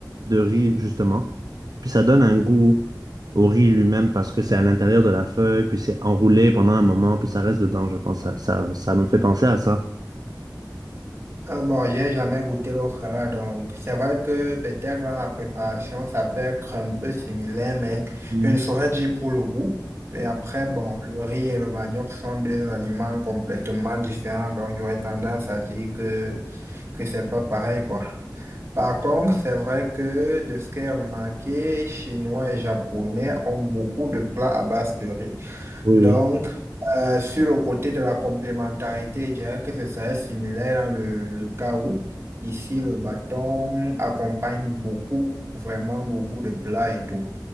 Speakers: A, on the right; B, on the right.
A: de riz, justement. Puis ça donne un goût au riz lui-même parce que c'est à l'intérieur de la feuille, puis c'est enroulé pendant un moment, puis ça reste dedans, je pense. Ça, ça, ça me fait penser à ça.
B: Ah bon, j'ai jamais goûté le là, donc c'est vrai que peut-être dans la préparation, ça peut être un peu similaire, mais
A: Hmm.
B: je ne saurais dire pour le goût. Mais après, bon, le riz et le manioc sont deux aliments complètement différents, donc j'aurais tendance à dire que, que c'est pas pareil, quoi. Par contre, c'est vrai que de ce que j'ai remarqué, Chinois et Japonais ont beaucoup de plats à base de riz.
A: Oui,
B: Donc,
A: oui.
B: euh, sur le côté de la complémentarité, je dirais que ce serait similaire dans le, le cas où, ici, le bâton accompagne beaucoup, vraiment beaucoup de plats et tout.